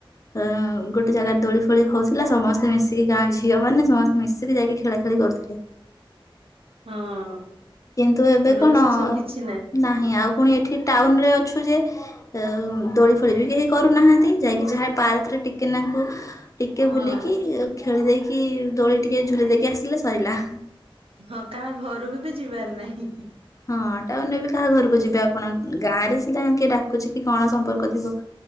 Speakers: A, on the left (about 35°); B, on the right (about 80°).
A: ଅ ଗୋଟେ ଜାଗାରେ ଦୋଳି ଫୋଳି ହଉଥିଲା ସମସ୍ତେ ମିଶିକି ଗାଁ ଝିଅମାନେ ସମସ୍ତେ ମିଶିକି ଯାଇକି ଖେଳା ଖେଳି କରୁଥିଲେ।
B: ହଁ।
A: କିନ୍ତୁ ଏବେ କଣ
B: ତ ସେ ସବୁ କିଛି
A: ନାହିଁ ଆଉ ପୁଣି ଏଠି ଟାଉନ ରେ ଅଛୁ ଯେ ଅ-ଅ-ଉ ଦୋଳି ଫୋଳି ବି କେହି କରୁନାହାନ୍ତି ଯାଇକି ଯାହା ପାର୍କ ରେ ଟିକେନାଙ୍କୁ ଟିକେ
B: ହଁ
A: ବୁଲିକି ଖେଳି ଦେଇକି ଦୋଳି ଟିକେ ଝୁଲି ଦେଇକି ଆସିଲେ ସରିଲା।
B: ହଁ କାହା ଘରକୁ ବି ଯିବାରି ନାହିଁ-ହିଁ
A: ହଁ ଟାଉନ୍ ରେ ବି କାହା ଘରକୁ ଯିବେ ଆପଣ ଗାଁ ରେ ସିନା କିଏ ଡାକୁଚି କି କଣ ସମ୍ପର୍କ ଥିବ।